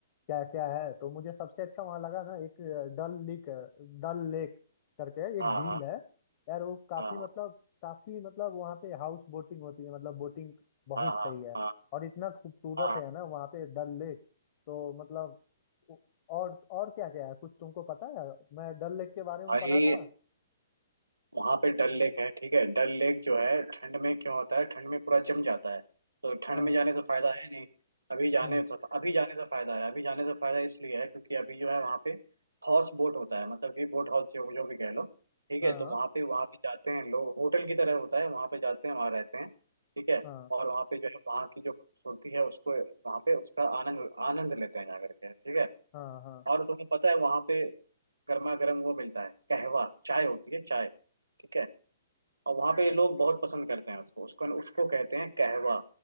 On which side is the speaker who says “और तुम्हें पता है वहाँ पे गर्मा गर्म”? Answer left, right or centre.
Right